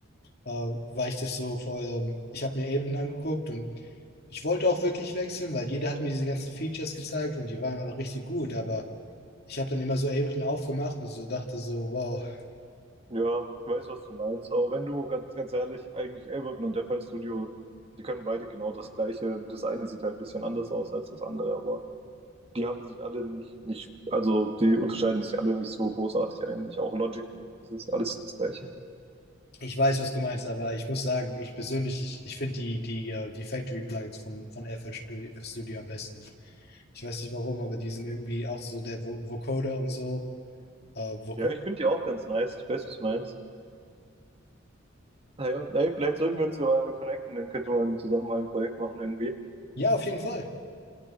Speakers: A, on the left (about 50°); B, on the right (about 30°).
A: äh, weil ich das so voll, ähm, ich habe mir Ableton angeguckt und ich wollte auch wirklich wechseln, weil jeder hat mir diese ganzen Features gezeigt und die waren alle richtig gut, aber ich habe dann immer so Ableton aufgemacht und so dachte so, wow,
B: Ja, ich weiß, was du meinst. Aber wenn du ganz, ganz ehrlich, eigentlich Ableton und FL Studio, die können beide genau das Gleiche. Das eine sieht halt ein bisschen anders aus als das andere, aber die haben sich alle nicht, nicht, also die unterscheiden sich alle nicht so großartig eigentlich. Auch Logic nicht. Das ist alles das Gleiche.
A: ich weiß, was du meinst, aber ich muss sagen, ich persönlich, ich, ich finde die, die, äh, die Factory-Plugins von, von FL Studio, Studio am besten. Ich weiß nicht warum, aber die sind irgendwie auch so der Vo Vocoder und so. Äh, Voco
B: Ja, ich finde die auch ganz nice. Ich weiß, was du meinst. Naja, ey, vielleicht sollten wir uns ja mal connecten, dann könnte man zusammen mal ein Projekt machen irgendwie.
A: ja, auf jeden Fall.